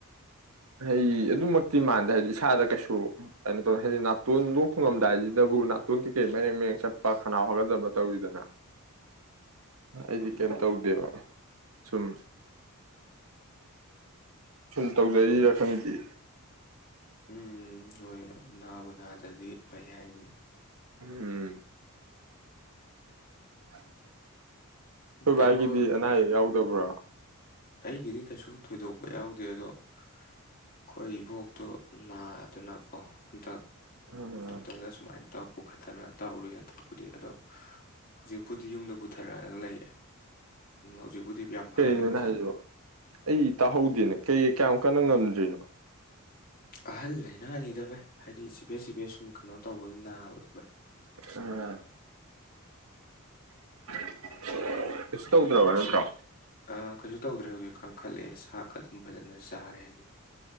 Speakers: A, on the right; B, on the left.
A: ꯑꯩꯗꯤ ꯑꯗꯨꯃꯛꯇꯤ ꯃꯥꯟꯗꯦ ꯍꯥꯏꯕꯗꯤ ꯏꯁꯥꯗ ꯀꯩꯁꯨ ꯀꯩꯅꯣ ꯇꯧ ꯍꯥꯏꯗꯤ ꯅꯥꯇꯣꯟ ꯂꯣꯛ ꯊꯨꯡꯉꯝꯗꯥꯏꯁꯤꯗꯕꯨ ꯅꯥꯇꯣꯟ ꯀꯩꯀꯩ ꯃꯔꯦꯡ ꯃꯦꯡ ꯆꯠꯄ ꯈꯅꯥꯎ ꯍꯥꯒꯠꯆꯕ ꯇꯧꯔꯤꯗꯅ ꯑꯩꯗꯤ
B: ꯎꯝ
A: ꯀꯩꯝ
B: ꯎꯝ
A: ꯇꯧꯗꯦꯕ ꯁꯨꯝ ꯁꯨꯝ ꯇꯧ ꯔꯤ ꯔꯈꯪꯒꯤ
B: ꯎꯝ ꯍꯣꯏ ꯅꯥꯕꯨ ꯅꯥꯗ꯭ꯔꯗꯤ ꯐꯩ ꯍꯥꯏꯅꯤꯅꯤ
A: ꯎꯝ <unintelligible> ꯍꯣꯏꯚꯥꯏ
B: ꯀꯩꯅꯣ
A: ꯀꯗꯤ ꯑꯅꯥꯎ ꯕ꯭ꯔꯥ
B: ꯑꯩꯒ ꯒꯤꯔꯤ ꯀꯩꯁꯨ ꯊꯣꯏꯗꯣꯛꯄ ꯌꯥꯎꯗꯦ ꯑꯗꯣ ꯑꯩꯈꯣꯏ ꯏꯕꯣꯛꯇꯨ ꯅꯥꯗꯅ ꯀꯣ ꯍꯟꯗꯛ
A: ꯎꯝ
B: ꯣꯛꯇꯗ ꯁꯨꯃꯥꯏꯅ ꯍꯟꯇꯛ ꯄꯨꯈꯠꯇꯅ ꯇꯧꯔꯨꯏ ꯍꯟꯇꯛꯄꯨꯗꯤ ꯑꯗꯣ ꯍꯧꯖꯤꯛꯄꯨꯗꯤ ꯌꯨꯝꯗ ꯄꯨꯊꯔꯛꯑꯒ ꯂꯩꯔꯦ ꯎ ꯍꯧꯖꯤꯛꯄꯨꯗꯤ ꯌꯥꯝ ꯐꯒꯠꯂꯦ
A: ꯀꯩꯅꯣꯅ
B: ꯃꯁꯥ
A: ꯍꯥꯏꯁꯤꯕ ꯑꯩ ꯇꯥꯍꯧꯗꯦꯅꯦ ꯀꯩ ꯀꯌꯥꯝ ꯀꯟꯅ ꯉꯝꯗ꯭ꯣꯏꯔꯤꯅꯣ
B: ꯑꯍꯜ ꯂꯥꯏꯅꯥꯅꯤꯗꯚꯥꯏ ꯍꯥꯏꯗꯤ ꯁꯤ ꯦꯁ ꯁꯤ ꯕꯦꯁ ꯁ ꯀꯩꯅꯣ ꯇꯧꯕꯒꯤ ꯅꯥꯕꯗꯨ
A: ꯎꯝ <unintelligible>
B: ꯀꯌꯥꯝ
A: ꯅꯠꯇ꯭ꯔꯣ
B: ꯀꯩ ꯑ ꯀꯩꯁꯨ ꯇꯧꯗ꯭ꯔꯦ ꯍꯧꯖꯤꯛ ꯀ ꯀꯥꯡꯈꯠꯂꯛꯑꯦ ꯆꯥꯛꯀ ꯑꯗꯨꯝ ꯐꯖꯅ ꯆꯔꯦ ꯍꯥꯏꯗꯤ